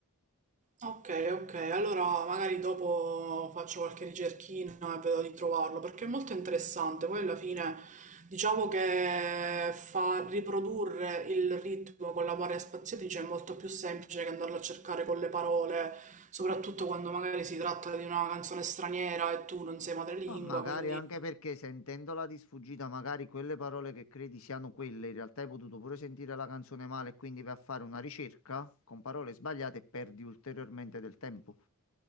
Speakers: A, on the right (about 35°); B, on the left (about 65°).
A: Ok, ok, allora magari dopo faccio qualche ricerchina e vedo di trovarlo perché è molto interessante. Poi alla fine diciamo che fa riprodurre il ritmo con la varia spaziatrice è molto più semplice che andarlo a cercare con le parole, soprattutto quando magari si tratta di una canzone straniera e tu non sei madrelingua,
B: Ma magari
A: quindi
B: anche perché sentendola di sfuggita, magari quelle parole che credi siano quelle, in realtà hai potuto pure sentire la canzone male e quindi vai a fare una ricerca con parole sbagliate e perdi ulteriormente del tempo.